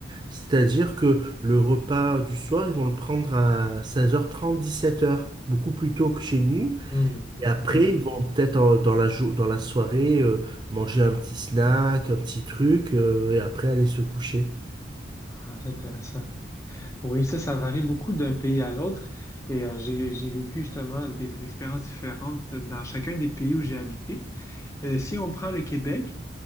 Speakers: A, on the right (about 25°); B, on the left (about 15°).
A: C'est-à-dire que le repas du soir, ils vont le prendre à 16h30, 17h, beaucoup plus tôt que chez nous.
B: Mhm,
A: Et après,
B: mhm.
A: ils vont peut-être en- dans la, jo- dans la soirée euh, manger un petit snack, un petit truc, euh, et après aller se coucher.
B: Ah, c'est intéressant. Oui, ça, ça varie beaucoup d'un pays à l'autre. Et euh, j'ai, j'ai vécu justement des expériences différentes dans chacun des pays où j'ai habité. Euh, si on prend le Québec